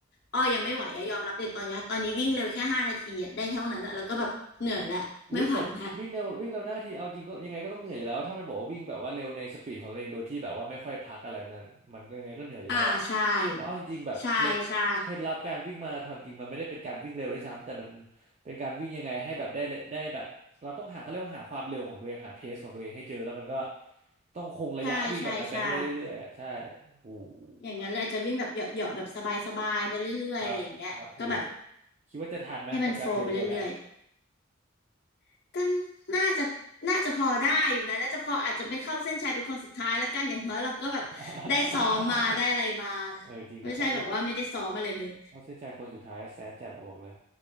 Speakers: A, on the left (about 50°); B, on the right (about 35°).
A: อ้อยังไม่ไหวอะยอมรับเลยตอนเนี้ยตอนนี้วิ่งเร็วแค่ห้านาทีอะได้เท่านั้นอะแล้วก็แบบเหนื่อยแล้วไม่ไหวแล้ว
B: วิ่งแต่วิ่งเร็ววิ่งเร็วหน้าที่เอาจริงก็ยังไงก็ต้องเหนื่อยอยู่แล้วถ้ามันบอกว่าวิ่งแบบว่าเร็วในสปีดของตัวเองโดยที่แบบว่าไม่ค่อยพักอะไรนั่นมันก็ยังไงก็เหนื่อยอยู่แล้วอะ
A: อ่าใช่
B: เพราะเอาจริงๆแบบเคล็ดเคล็ดลับการวิ่งมาราธอนจริงมันไม่ได้เป็นการวิ่งเร็วด้วยซ้ำแต่มัน
A: ใช่ใช่
B: เป็นการวิ่งยังไงให้แบบได้เลยได้แบบเราต้องหาเขาเรียกว่าหาความเร็วของตัวเองหาเพสของตัวเองให้เจอแล้วมันก็ต้องคงระยะวิ่งแบบนั้นไปให้ได้เรื่อยๆอะใช่
A: ใช่ใช่ใช่
B: โห
A: อย่างนั้นเลยอาจจะวิ่งแบบเหยาะๆแบบสบายๆไปเรื่อยๆอะไรอย่างเงี้ยก็แบบ
B: อะครับครับโหจะคิดว่าจะทันไหมกับการเตรียมตัวนะ
A: ให้มันโฟลว์ไปเรื่อยๆก็น่าจะน่าจะพอได้อยู่นะน่าจะพออาจจะไม่เข้าเส้นชัยเป็นคนสุดท้ายละกันอย่างน้อยเราก็แบบได้ซ้อมมาได้อะไรมานะไม่ใช่แบบว่าไม่ได้ซ้อมอะไรเลย
B: <laughs> เออจริงถ้าเขา เข้าเส้นชัยคนสุดท้ายแซดจัดอะบอกเลย